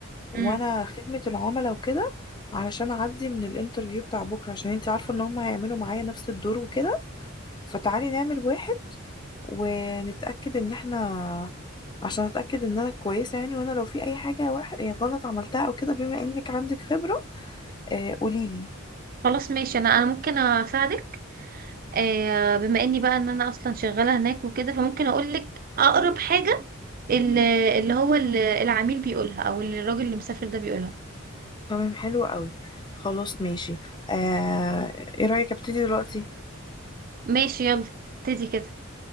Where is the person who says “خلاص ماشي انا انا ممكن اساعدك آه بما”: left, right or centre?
Right